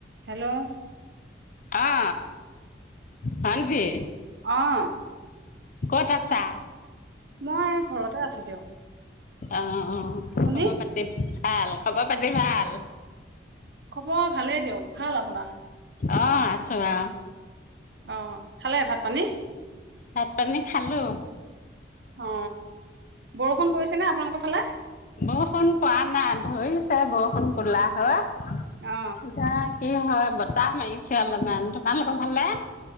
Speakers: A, on the right; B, on the left.
A: Hello
B: অ হনতি
A: আহ
B: তে আছা
A: মই ঘৰতে আছো দিয়ক
B: অ অ
A: আপুনি
B: খবৰ পাতি ভাল খবৰ পাতি ভাল <inaudible>
A: হব ভালেই দিয়ক ভাল আপোনাৰ
B: অ আছো আৰু
A: অ খালে ভাত পানী
B: ভাত পানী খালোঁ
A: অ বৰষুণ পৰিছে নে আপোনালোকৰ খালে
B: বৰষুণ পোৱা নাই ধৰিছে বৰষুণ কোলা হয় <unintelligible>
A: অ
B: কি হয় বতাহ মাৰিছে অলপমান তোমালোকৰ ফালে